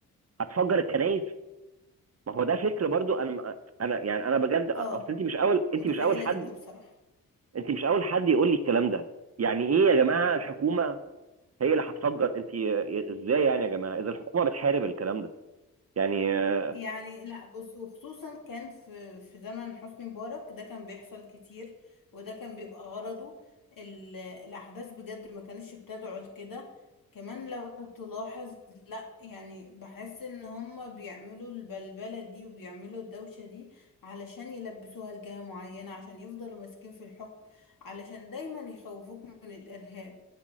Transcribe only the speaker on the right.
هتفجر الكنائس ما هو ده فكر برضو انا ما- انا يعني انا بجد اصل
انت مش اول انت
مش اول حد
انت مش اول حد يقول لي الكلام ده يعني ايه يا جماعه الحكومه هي اللي هتفجر انت ازاي يعني يا جماعه اذا الحكومه بتحارب الكلام ده يعني آه،